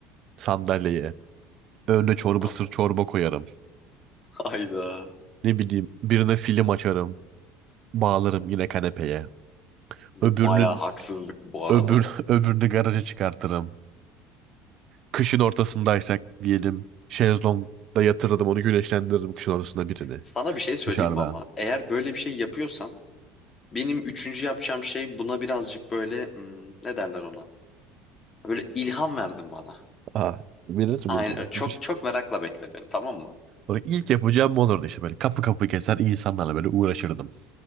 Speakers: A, on the right; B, on the left.
A: sandalyeye. Önüne çorba
B: <laughs>
A: sır çorba koyarım.
B: Hayda.
A: Ne bileyim birine film açarım. Bağlarım yine kanepeye.
B: Bu
A: Öbürünü
B: bayağı haksızlık bu arada.
A: öbür, <laughs> öbürünü garaja çıkartırım. Kışın ortasındaysak diyelim şezlongda yatırırdım onu güneşlendiririm kışın ortasında birini
B: Sana bir şey söyleyeyim
A: dışarıda.
B: mi ama? Eğer böyle bir şey yapıyorsan benim üçüncü yapacağım şey buna birazcık böyle hmm, ne derler ona? Böyle ilham verdin bana.
A: Ah birini
B: Aynen çok
A: mi
B: çok merakla bekle beni tamam mı?
A: Sonra ilk yapacağım bu olurdu işte böyle kapı kapı gezer insanlarla böyle uğraşırdım.